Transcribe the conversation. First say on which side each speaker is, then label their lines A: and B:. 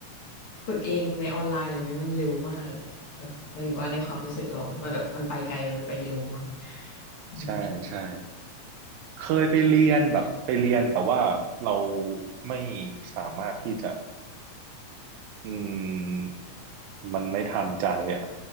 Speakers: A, on the left; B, on the right.
A: ฝึกเองในออนไลน์อะไรเงี้ยมันเร็วมากอะแบบหมายถึงว่าในความรู้สึกเรา มันแบบมันไปไกลไปเร็วอะอืม
B: ใช่ใช่เคยไปเรียนแบบไปเรียนแต่ว่าเราไม่สามารถที่จะอืมมันไม่ทันใจอ่ะ